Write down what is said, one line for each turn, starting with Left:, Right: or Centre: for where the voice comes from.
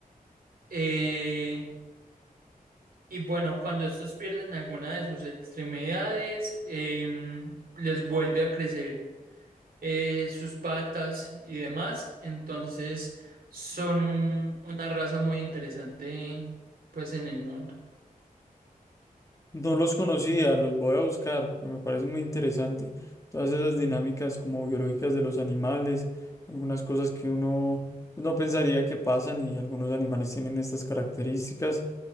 Right: Eh, y bueno, cuando estos pierden alguna de sus extremidades, em, les vuelve a crecer eh, sus patas y demás. Entonces son un- una raza muy interesante pues en el mundo.
Left: No los conocía, los voy a buscar porque me parece muy interesante. Todas esas dinámicas como biológicas de los animales, algunas cosas que uno pues, no pensaría que pasan y algunos animales tienen estas características.